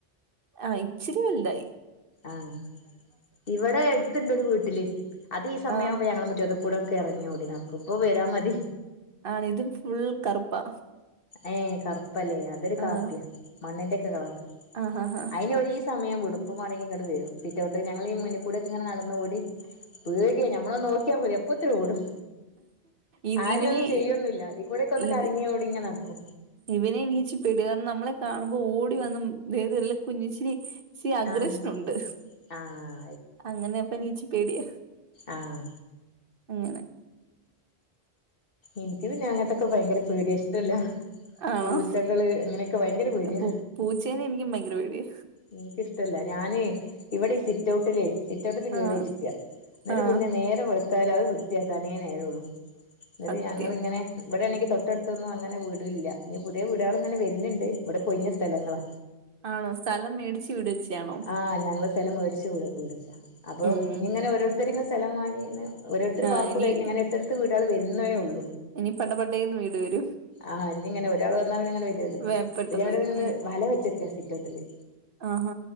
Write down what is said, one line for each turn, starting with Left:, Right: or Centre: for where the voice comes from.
Right: ആഹ് ഇച്ചിരി വൽതായി
Left: ആഹാ ഇവടെ എട്ത്ത്ണ്ടൊര് വീട്ടില്. അത് ഈ സമയാവുമ്പോ
Right: ആഹ്
Left: ഞങ്ങളെ മുറ്റ ത്തുകൂടെക്കെ എറങ്ങിയ ഓടി നടക്കും ഇപ്പൊ വരാ മതി
Right: ആണ് ഇതും ഫുൾ കറുപ്പാ.
Left: ഏഹ് കറ്പ്പല്ലേ അതൊരു കാപ്പ്യാ
Right: ആഹ്
Left: മണ്ണിന്റെക്കെ കളറ
Right: ആഹാഹാ
Left: അയിന് ഒരീ സമയം വിടും പ്പം വാണെങ്കി ഇങ്ങട്ട് വരും. സിറ്റോട്ട് ഞങ്ങള മുന്ന്കൂടെ ഇങ്ങെ നടന്ന ഓടി പേടിയാ ഞമ്മള നോക്കിയാ മതി അപ്പൊത്തിന് ഓടും
Right: ഇത്
Left: ആരെ
Right: ഇവനെ
Left: ഒന്നും ചെയ്യൊന്നില്ല. അതി കൂടെക്കെ ഒന്ന്
Right: ഇത്
Left: കറങ്ങിയ ഓടി ഇങ്ങെ നടക്കും.
Right: ഇവനെ വിച്ച്പെട നമ്മളെ കാണുമ്പോ ഓടി വന്ന വേത് ല കുഞ്ഞിച്ചിരി ശി അഗ്രഷ്നുണ്ട്
Left: ആഹ് ആഹ്
Right: അങ്ങനെയ പ്പ നീച്ചി പേടിയ
Left: ആഹാ
Right: അങ്ങനെ
Left: ഇന്ക്ക് പിന്നെ അഞങ്ങത്തൊക്കെ ഭയങ്കര പെടിയ ഇഷ്ടല്ലാ
Right: ആണോ
Left: പൂച്ചകള് അങ്ങനെയൊക്കെ ഭയങ്കര പേടിയ
Right: പൂ പൂച്ചേനെ എനിക്കും ഭയങ്കര പേടിയ
Left: എനിക്കിഷ്ടല്ല ഞാന് ഇവിടെ സിറ്റ് ഔട്ടിലേ സിറ്റോട്ടിൽ കേറി
Right: ആഹ്
Left: ഇരിക്ക ന്നിട്ട്
Right: ആഹ്
Left: പിന്നെ നേരെം വെളുത്താല് അത് വൃത്തിയാക്കാനേ നേരോള്ളു ന്നട്ട്
Right: സത്യം.
Left: ഞങ്ങള് ങ്ങനെ ഇവടെണെങ്ങി തൊട്ടട്ത്തൊന്നും അങ്ങനെ വീടില്ല ഇനി പുതിയ വീടാൾ ഇങ്ങനെ വര്ന്ന്ണ്ട് ഇവിടെ കൊയിഞ്ഞ സ്ഥലങ്ങളാ
Right: ആണോ? സ്ഥലം മേടിച്ചു വിടച്ചാണോ?
Left: ആഹാ ഞങ്ങള് സ്ഥലം മേട്ച്ച് വീട്ച്ചാ. അപ്പൊ
Right: ഉം
Left: ഇ്ഞി ഇങ്ങനെ ഓരോരുത്തര്ങ്ങെ സ്ഥലം വാങ്ങിന്ന് ഓരോരുതര്
Right: ആഹ്
Left: വാർപ്പ്ഴിഞ്ഞ്
Right: ഇനി
Left: ങ്ങനെ എട്തട് വിടാള് വരുന്നേള്ളൂ
Right: ഇനി പട പടേന്ന് വീട് വെരും
Left: ആഹ് അനി ഇങ്ങനെ ഒരാൾ വന്ന പിന്നെങ്ങന വെരൂല്ലോ
Right: വേ പെട്ടെന്ന്
Left: പിരിയാണീന്ന്
Right: വരും
Left: വല വെച്ച്ക്കാ സിറ്റൗട്ടില്
Right: ആഹ